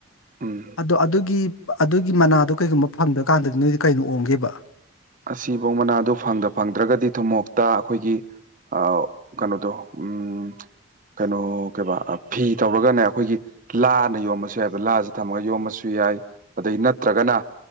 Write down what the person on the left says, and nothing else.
ꯑꯗꯣ ꯑꯗꯨꯒꯤ ꯑꯗꯨꯒꯤ ꯃꯅꯥꯗꯣ ꯀꯩꯒꯨꯝꯕ ꯐꯪꯗ꯭ꯔꯀꯥꯟꯗꯗꯤ ꯅꯣꯏꯗꯤ ꯀꯩꯅꯣ ꯑꯣꯝꯒꯦꯕ